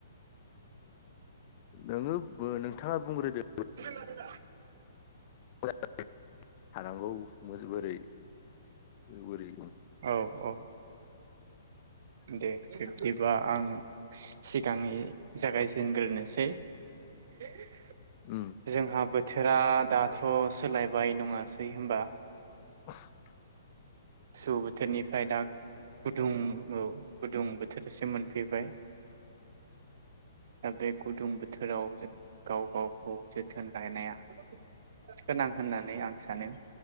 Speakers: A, on the left (about 40°); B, on the right (about 60°).
A: नोङो नोंथाङा बुंग्रोदो
B: <unintelligible>
A: <unintelligible> थानांगौ बोरै बोरै
B: औ औ
A: <inaudible>
B: दे बिब्दिबा आं सिगाङै जागायजेनग्रोनोसै <unintelligible>
A: उम
B: जोंहा बोथोरा दाथ सोलायबाय नङासै होनबा
A: <inaudible>
B: गुसु बोथोरनिफ्राय दा गुदुं औ गुदुं बो थोरसिम मोनफैबाय दा बे गुदुं बोथोराव गाव गावखौ जोथोन लानाया गोनां होननानै आं सानो